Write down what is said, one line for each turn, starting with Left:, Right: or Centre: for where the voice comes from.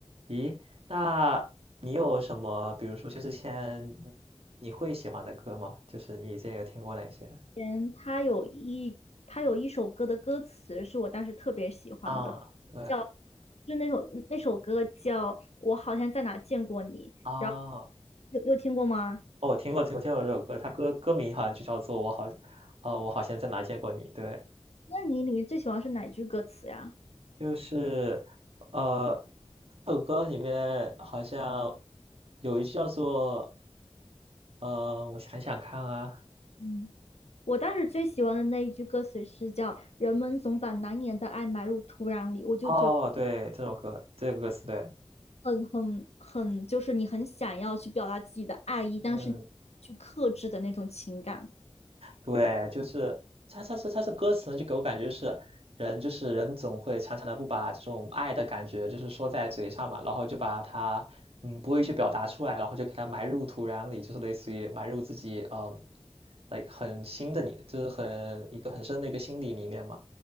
Right: 咦，那你有什么，比如说薛之谦，你会喜欢的歌吗？就是你之前有听过哪些？
Left: 嗯，他有一他有一首歌的歌词是我当时特别喜欢的，
Right: 啊，对，
Left: 叫就那首那首歌叫《我好像在哪见过你》，
Right: 啊，哦，
Left: 然后有有听过吗？
Right: 我听过，听过，听过这首歌，它歌歌名好像就叫做《我好，哦，我好像在哪见过你》。对，
Left: 那你里面最喜欢是哪句歌词呀？
Right: 就是，呃，这首歌里面好像有一句叫做，呃，我想想看啊，
Left: 嗯，我当时最喜欢的那一句歌词是叫“人们总把难言的爱埋入土壤里”，我就觉得
Right: 哦，对，这首歌，这个歌词，对，
Left: 很很很，就是你很想要去表达自己的爱意，但是去克制的那种情感。
Right: 嗯。对，就是他他是他这歌词呢，就给我感觉就是人就是人总会常常的不把这种爱的感觉就是说在嘴上嘛，然后就把它，嗯，不会去表达出来，然后就给它埋入土壤里，就是类似于埋入自己，嗯，l 很新的你就是很一个很深的一个心理里面嘛。